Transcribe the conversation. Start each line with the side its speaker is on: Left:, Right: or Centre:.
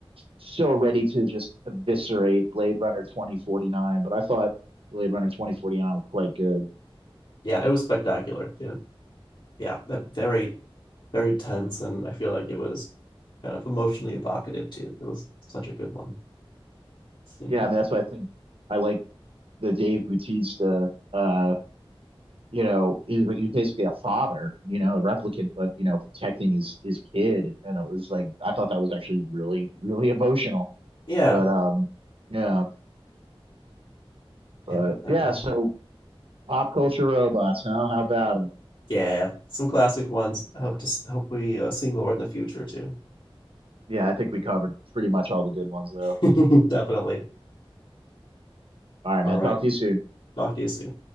Right: so ready to just eviscerate Blade Runner 2049, but I thought Blade Runner 2049 was quite good.
Left: Yeah, it was spectacular. Yeah, yeah, very, very tense, and I feel like it was kind of emotionally evocative too. It was such a good one. Let's See,
Right: Yeah, I mean that's why I think I like the Dave Bautista. Uh, you know, he he was basically a father, you know, a replicant, but you know, protecting his his kid, and it was like I thought that was actually really really emotional.
Left: yeah,
Right: But um, yeah, but
Left: yeah, I love that
Right: yeah.
Left: one.
Right: So pop culture robots, huh? How about it?
Left: Yeah, some classic ones. I hope to hope we uh, see more in the future too.
Right: Yeah, I think we covered pretty much all the good ones, though.
Left: <laughs> Definitely.
Right: All right, man.
Left: All right.
Right: Talk to you soon.
Left: Talk to you soon.